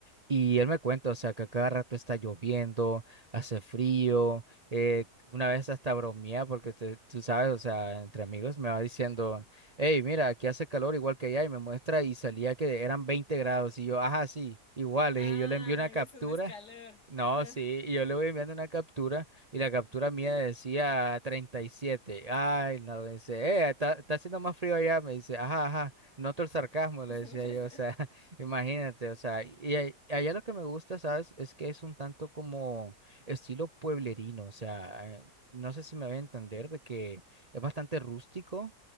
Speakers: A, on the right; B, on the left.
A: Y él me cuenta, o sea, que a cada rato está lloviendo, hace frío. eh, una vez hasta bromea porque te- tú sabes, o sea, entre amigos me va diciendo hey, mira, aquí hace calor igual que allá y me muestra y salía que eran 20 grados y yo, ajá, sí, igual,
B: Ay,
A: y yo le envié una captura,
B: eso no es calor.
A: no,
B: Ajá.
A: sí, y yo le voy enviando una captura y la captura mía decía 37, ay, no, me dice, eh, está, está haciendo más frío allá, me dice, ajá, ajá, noto el sarcasmo, le
B: <laughs>
A: decía yo, o sea, <laughs> imagínate, o sea, y a- allá lo que me gusta, ¿sabes? Es que es un tanto como estilo pueblerino, o sea, eh, no sé si me voy a entender de que... Es bastante rústico,